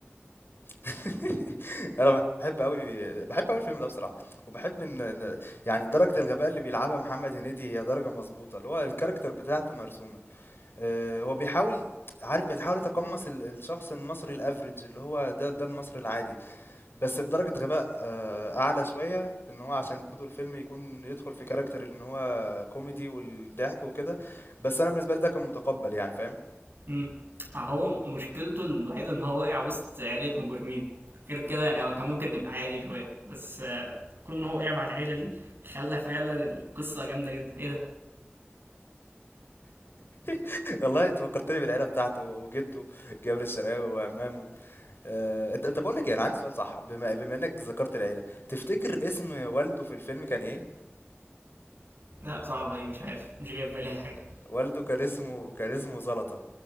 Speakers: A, on the left (about 60°); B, on the right (about 60°).
A: <laughs> أنا بحب أوي بحب أوي الفيلم ده بصراحة وبحب إن إن- يعني درجة الغباء اللي بيلعبها محمد هنيدي هي درجة مظبوطة اللي هو الكاركتر بتاعته مرسومة آه، هو بيحاول عارف بيتحاول يتقمص ال- الشخص المصري الافريج اللي هو ده ده المصري العادي بس بدرجة غباء آه، أعلى شوية إن هو عشان برضو الفيلم يكون يدخل في كاركتر إن هو كوميدي والضحك وكده بس أنا بالنسبة لي ده كان متقبل يعني فاهم
B: أمم. اهو مشكلته الوحيده ان هو وقع وسط عيله مجرمين غير كده يعني هو كان ممكن نبقى عادي شويه بس آه، كون ان هو وقع مع العيله دي خلى فعلا القصه جامده جدا ايه ده
A: <laughs> والله أنت فكرتني بالعيلة بتاعته وجده جابر الشرقاوي وعمامه آه، طب بقول لك إيه أنا عندي سؤال صح بما بما إنك ذكرت العيلة تفتكر اسم والده في الفيلم كان إيه؟
B: لا صعبه دي مش عارف مش جاي في بالي اي حاجه
A: والده كان اسمه كان اسمه زلطة